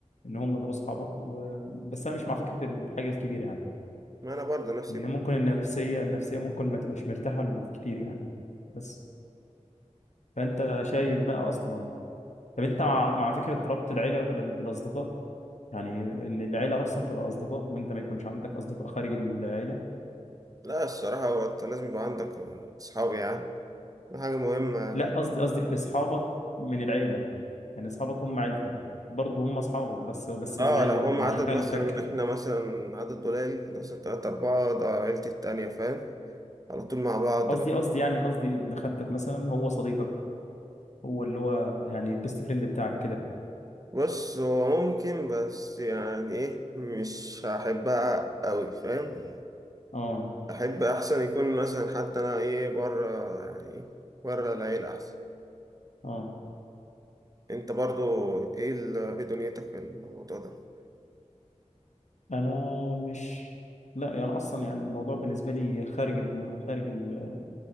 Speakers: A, on the left (about 70°); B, on the right (about 30°).
A: ان هم دول اصحابك و... بس انا مش مع فكره الحاجه الكبيره يعني
B: ما أنا برضه نفس
A: لان
B: ال-
A: ممكن النفسيه النفسيه ممكن ما تبقاش مرتاحه كتير يعني بس فانت شايف بقى اصلا طب انت مع مع فكره ربط العيله بال- بالاصدقاء يعني ان العيله اصلا تبقى اصدقاء وانت ما يكونش عندك اصدقاء خارج العيله
B: لا الصراحة هو انت لازم يبقى عندك أصحاب يعني دي حاجة مهمة
A: لا قصدي قصدي اصحابك من العيله يعني اصحابك هم عيلتك برضه هم اصحابك بس بس
B: اه
A: من العيله
B: لو
A: بقى
B: هم
A: ابن
B: عدد مثلا
A: خالتك
B: احنا مثلا عدد قليل مثلا تلاتة أربعة ده عيلتي التانية فاهم على طول مع بعض
A: قصدي
B: بقى
A: قصدي يعني قصدي ابن خالتك مثلا هو صديقك هو اللي هو يعني البيست فريند بتاعك كده
B: بص هو ممكن بس يعني ايه مش هحبها أوي فاهم
A: اه
B: أحب أحسن يكون مثلا حتى أنا ايه بره يعني ايه بره العيلة أحسن
A: اه
B: أنت برضو ايه ال- ايه دنيتك في الموضوع ده
A: انا مش لا يعني اصلا يعني الموضوع بالنسبه لي خارج الم... خارج ال-